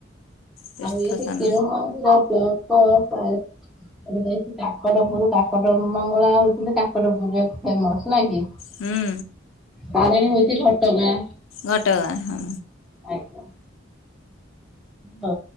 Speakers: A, on the left; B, in the centre.
A: ତୀର୍ଥସ୍ଥାନ
B: ଆଉ ଏଇଠି କେଉଁ ମନ୍ଦିର <unintelligible> ଏବେ ଯାଇଛି କାକଟପୁର କାକଟ ମଙ୍ଗଳା ହଉଛନ୍ତି କାକଟପୁରରେ ଫେମସ ନାକି।
A: ହୁଁ।
B: ତାରିଣୀ ହଉଛି ଘଟଗାଁ।
A: ଘଟଗାଁ ହଁ।
B: ଆଜ୍ଞା। ହଁ।